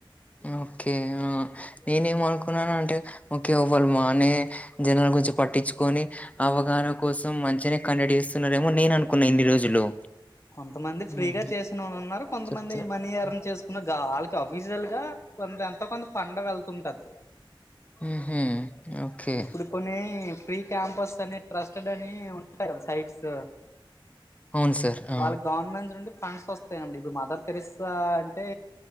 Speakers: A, on the left; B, on the left.
A: ఓకే ఆ నేనేమ అనుకున్నాను అంటే ఓకే ఇవ్వాల మానే జనాలు గురుంచి పట్టిచుకొని అవగాహన కోసం మంచిగానే కండక్ట్ చేస్తున్నారేమో నేను అనుకున్నా ఇన్ని రోజులు
B: కొంతమంది ఫ్రీగా
A: హుహు.
B: చేసిన వాళ్ళు ఉన్నారు కొంతమంది
A: చెప్తే
B: మనీ ఎర్న్ చేసుకున్న గా అఫీజియల్ గా కొంత ఎంతో కొంత పండ వెళ్తుంటది
A: హు హామ్ ఓకే
B: ఇప్పుడు కొన్ని ఫ్రీ క్యాంపస్ అని ట్రస్ట్డ్ అని ఉంటాయి సైట్స్
A: అవును సార్ ఆ
B: వాళ్ళకి గవర్నమెంట్ నుండి ఫండ్స్ వస్తాయండి ఇప్పుడు మదర్ థెరిస్సా అంటే